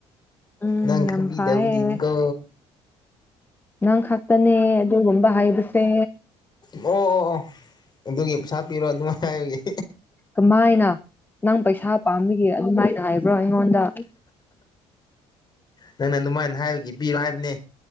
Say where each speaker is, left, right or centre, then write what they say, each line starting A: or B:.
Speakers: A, on the left; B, on the left.
A: ꯎꯝ
B: ꯅꯪ ꯈꯪꯕꯤꯗꯕꯨꯗꯤꯅꯤꯀꯣ
A: ꯌꯥꯝ ꯐꯩꯌꯦ ꯅꯪ ꯈꯥꯛꯛꯇꯅꯦ ꯑꯗꯨꯒꯨꯝꯕ ꯍꯩꯕꯁꯦ
B: ꯑꯣ ꯑꯣ ꯑꯣ ꯑꯗꯨꯒꯤ ꯄꯩꯁꯥ ꯄꯤꯔꯣ ꯑꯗꯨꯃꯥꯏꯅ ꯍꯥꯏꯕꯒꯦ
A: ꯀꯃꯥꯏꯅ ꯅꯪ ꯄꯩꯁꯥ ꯄꯥꯝꯂꯤꯒꯦ ꯑꯗꯨꯃꯥꯏꯅ ꯍꯥꯏꯕ꯭ꯔꯣ ꯑꯩꯉꯣꯟꯗ
B: ꯅꯪꯅ ꯑꯗꯨꯃꯥꯏꯅ ꯍꯥꯏꯕꯒꯤ ꯄꯤꯔꯣ ꯍꯥꯏꯕꯅꯦ